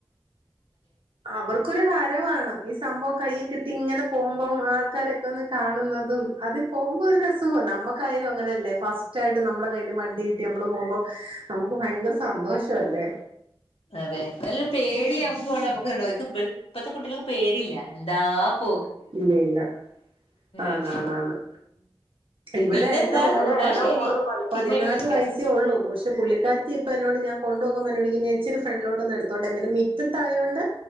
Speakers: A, on the right; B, on the left.
A: അവർക്കൊരു ഹരവാണ് ഈ സംഭവം കയ്യൽ കിട്ടി ഇങ്ങനെ പോകുമ്പം ആൾക്കാരൊക്കെ കാണുന്നതും അതി പോകുമ്പോ ഒരു ുഖ നമ്മക്കായാലും അങ്ങനെല്ലേ ഫസ്റ്റ് ആയിട്ട് നമ്മ കയ്ൽ വണ്ടി കട്ടി നമ്മള് പോകുമ്പോ നമുക്ക് ഭയങ്കര സന്തോഷ അല്ലേ
B: അതെ നല്ലൊരു പേടിയാവ നമുക്ക്ക്ക് ഇ ഇപ്പഴത്തെ കുട്ടികൾക്ക്െ പേടല്ല എന്താ പോ
A: ഇല്ല ഇല്ല ആ
B: അതെ
A: നാനന്ന് ഇവിടെ
B: പിന്നെന്താ
A: എൻന്റെ മോള്
B: എന്നാ
A: പതി
B: ശരി
A: പതിനാല്
B: പിന്നെ വിളിക്ക
A: വയസ്സേ ഉള്ളു പക്ഷെ പുള്ളിക്കാറ്റ്ി ഇപ്പ എന്നോട് ഞാൻ കൊുപോകുമോോടിക്ക ഞാൻച്ചിരി ഫ്രണ്ടിലോട്ടൊന്ന്ടുത്തോട്ടെ പിന്നെറ്റും തായോണ്ട്